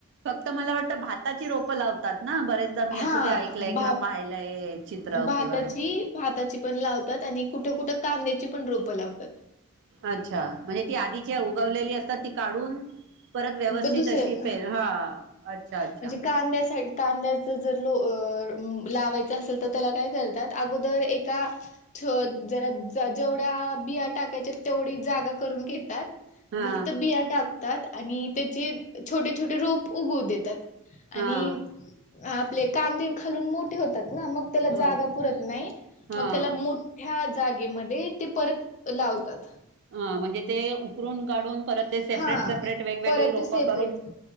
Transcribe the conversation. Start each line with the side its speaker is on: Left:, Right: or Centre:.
Right: फक्त मला वाटतं भाताची रोप लावतात. ना बरेचदा मी असं
Left: हा
Right: ते ऐकलंय
Left: भ
Right: किंवा पाहिलंय हे चित्र
Left: भाताची
Right: किंवा
Left: भाताची पण लावतात आणि कुठं कुठं कांद्याची पण रोपत लावतात.
Right: अच्छा म्हणजे ती आधीच्या उगवलेली असतात ती काढून परत व्यवस्थित
Left: ब दुसरं
Right: अशी प हा अच्छा अच्छा
Left: म्हणजे कांद्यासाठी कांद्याच जर लो लावायच असेल तर त्याला काय करतात अगोदर एका जरा जेवढ्या बिया टाकायच्या तेवढी जागा करून घेतात.
Right: हा
Left: आणि तिथं बिया टाक तात आणि त्याचे छोटे छोटे रोप उगव देतात आणि
Right: हा
Left: आपले कांदे खालून मोठे होतात. ना मग त्याला
Right: हा
Left: जागा पुरत नाही
Right: हा
Left: मग त्याला मो ह्या जागेमध्ये ते परत लावतात.
Right: ह म्हणजे ते उकरून काढून परत ते सेपरेट,
Left: हा
Right: सेपरेट वेगवेगळी
Left: परत
Right: रोप
Left: ते सेपरेट
Right: करून